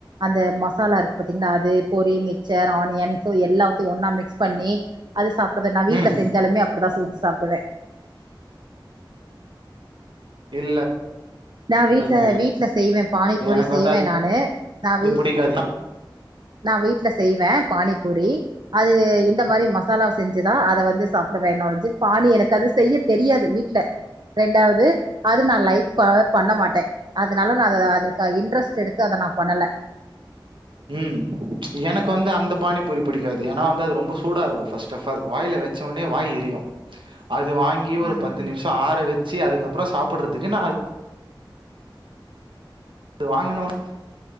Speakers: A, on the right (about 60°); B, on the right (about 70°).
A: அந்த மசாலா இருக்கு பார்த்தீங்னா அது பொரி மிச்சர் ஆனியன் சோ எல்லாத்தையு ஒன்னா மிக்ஸ் பண்ணி அது சாப்பட்றது நா வீட்ல
B: ம்
A: செஞ்சாலுமே அப்டிதா செஞ்சு சாப்டுவ
B: இல்ல
A: நா வீட்ல
B: இல்ல
A: வீட்ல செய்வ பானிபூரி
B: எனக்கு
A: செய்வ
B: வந்து
A: நானு நா
B: அது
A: வீட்
B: புடிக்காது
A: நா வீட்ல செய்வ பானிபூரி அது இந்த மாரி மசாலா செஞ்சுதா அத வந்து சாப்டுவ நாஞ்சு பானி எனக்கு அது செய்ய தெரியாது வீட்ல ரெண்டாவது அது நா லைக் ப பண்ண மாட்ட அதனால நா அத அதுற்கா இன்ட்ரெஸ்ட் எடுத்து அத நா பண்ணல
B: ம் எனக்கு வந்து அந்த பானிபூரி புடிக்காது ஏனா அது ரொம்ப சூடா இருக்கோ ஃபஸ்ட் ஆஃப் ஃபால் வாய்ல வச்ச ஒன்னே வாய் எரியு அது வாங்கி ஒரு
A: ம்
B: பத்து
A: ம்
B: நிம்ஷோ ஆற வச்சி அதுக்கப்புறோ சாப்புட்றதுக்கு நா அ து வாங்கணோன்